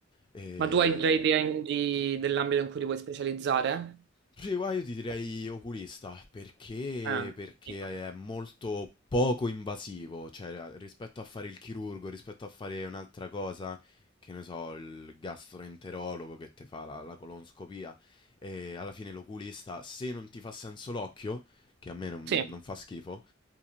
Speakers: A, on the left; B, on the right.
A: E...
B: Ma tu hai già idea in- di- dell'ambito in cui ti vuoi specializzare?
A: Sì, guarda, io ti direi oculista perché,
B: Ah,
A: perché
B: dico.
A: è molto poco invasivo, cioè a- rispetto a fare il chirurgo, rispetto a fare un'altra cosa, che ne so, il gastroenterologo che ti fa la, la colonscopia, e alla fine l'oculista, se non ti fa senso l'occhio, che a me non,
B: Sì,
A: non fa schifo,